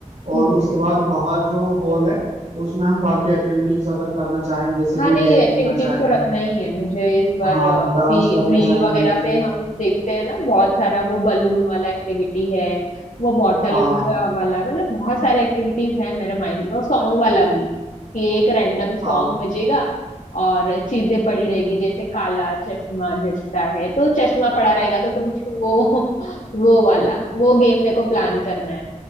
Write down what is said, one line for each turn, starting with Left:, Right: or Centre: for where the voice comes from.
Right: और
Left: ठीक
Right: उसके
Left: है
Right: बाद बाहर जो हॉल है उसमें हम बाकी एक्टिविटीज अगर करना चाहें जैसे कोई
Left: हाँ नहीं
Right: गेम
Left: ये
Right: खेलना
Left: एक्टिविटीज
Right: चाहें
Left: तो रखना ही है मुझे इस बार
Right: हाँ
Left: अ,
Right: डांस
Left: अभी
Right: करना
Left: रील
Right: चाहें
Left: वगैरह
Right: म्यूजिक
Left: पे हम देखते हैं ना बहुत सारा वो बलून वाला एक्टिविटी है वो बॉटल
Right: हाँ
Left: का वाला मतलब बहुत सारे एक्टिविटीज है मेरे माइंड में और सॉन्ग वाला भी कि एक रैंडम सॉन्ग
Right: हाँ
Left: बजेगा और चीजें पड़ी रहेगी जैसे काला चश्मा जचता है तो चश्मा पड़ा रहेगा तो तुम छुओ <laughs> वो वाला वो गेम मेरे को प्लान करना है